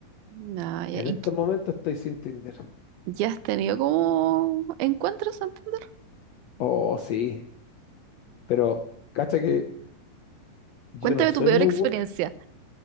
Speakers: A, on the right (about 85°); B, on the left (about 75°).
A: No, ya,
B: En
A: ¿y
B: este
A: qué-
B: momento estoy sin Tinder.
A: ya has tenido como encuentros en Tinder?
B: Oh, sí. Pero, cacha que yo
A: Cuéntame
B: no soy
A: tu peor
B: muy
A: experiencia.
B: bueno.